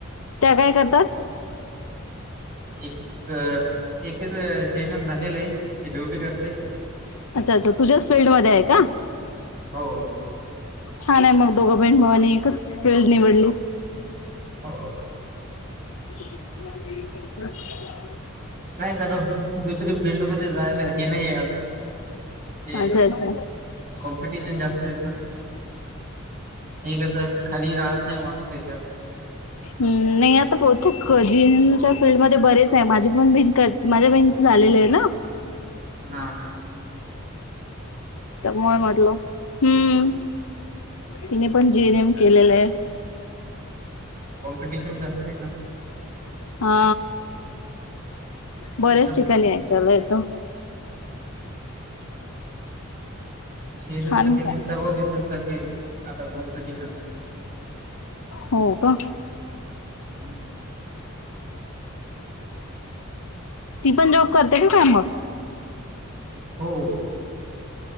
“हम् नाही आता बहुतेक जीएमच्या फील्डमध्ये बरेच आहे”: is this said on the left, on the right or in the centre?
Left